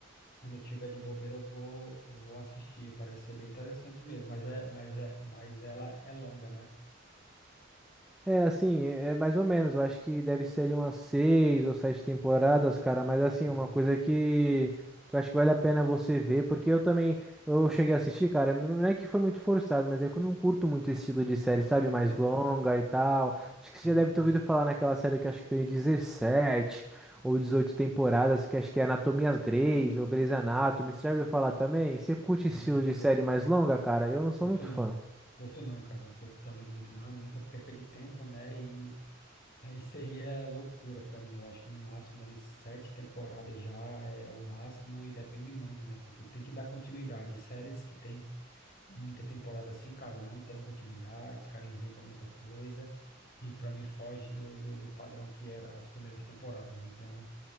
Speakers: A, on the left; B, in the centre.
A: quando eu tiver de bobeira eu vou eu vou assistir. Parece ser bem interessante mesmo, mas é mas é mas ela é longa, né?
B: É, assim, é mais ou menos. Eu acho que deve ser de umas seis ou sete temporadas, cara. Mas assim,
A: Hum,
B: é uma coisa que que eu acho que vale a pena você ver, porque eu também, eu cheguei a assistir, cara, não é que foi muito forçado, mas é que eu não curto muito esse estilo de série,
A: É,
B: sabe? Mais
A: pois
B: longa
A: é.
B: e tal. Acho
A: Sim,
B: que você já deve ter ouvido falar naquela série que acho que tem 17 ou 18 temporadas, que acho que é Anatomias Grey's ou Grey's Anatomy.
A: sim,
B: Você já ouviu falar também? Você curte
A: sim.
B: esse estilo de série mais longa, cara? Eu não sou
A: Curto
B: muito
A: não,
B: fã.
A: curto não, cara, não curto também muito não, é muita perca de tempo, né? E é, isso aí é loucura pra mim. Eu acho que no máximo ali sete temporadas já é o máximo e depende muito, né? Porque tem que dar continuidade. Séries que tem muita temporada assim, cara, não tem uma continuidade, os caras inventam muita coisa e pra mim foge do, do, do padrão que era as primeiras temporadas, né? Então.